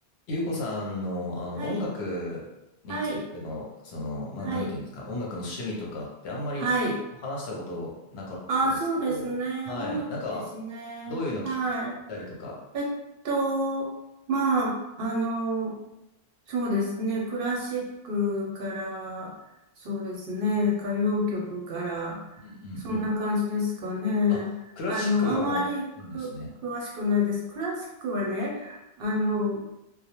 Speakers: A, on the left; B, on the right.
A: ゆうこさんの、あの音楽についての、
B: はい、はい、
A: その、まあ、
B: はい、
A: なんていうんですか、音楽の趣味とかってあんまり話したことなかったですけど、
B: はい。あ、そうですね。
A: はい。
B: 音楽ですね。
A: なんか、どういうの聞きたりとか。
B: はい。えっと、まあ、あの、そうですね。クラシックから、そうですね。歌謡曲から、
A: うんうんうん。
B: そんな感じですかね。
A: あ、クラシックも聞くんですね。
B: あの、あまりく詳しくないです。クラシックはね、あの、